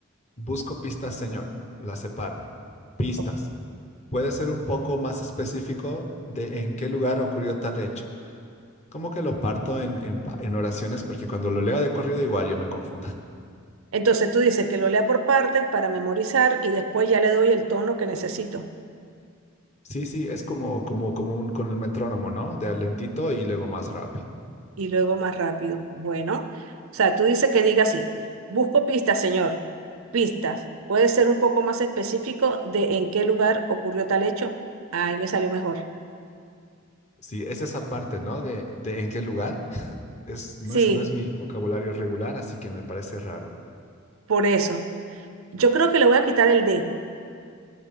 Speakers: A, on the left; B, on the right.
A: busco pistas, señor, las separo. Pistas.
B: O-
A: Puede ser un poco más específico de en qué lugar ocurrió tal hecho. Como que lo parto en, en pa- en oraciones porque cuando lo leo de corrido igual yo me confundo. <laughs>
B: Entonces tú dices que lo lea por partes para memorizar y después ya le doy el tono que necesito.
A: Sí, sí, es como, como, como un, con el metrónomo, ¿no? De a lentito y luego más rápido.
B: y luego más rápido. Bueno, o sea, tú dices que diga así, busco pistas, señor, pistas. ¿Puede ser un poco más específico de en qué lugar ocurrió tal hecho? Ahí me salió mejor.
A: Sí, es esa parte, ¿no? De, de en qué lugar. Es, no
B: Sí,
A: es, no es mi vocabulario regular, así que me parece raro.
B: por eso. Yo creo que le voy a quitar el D.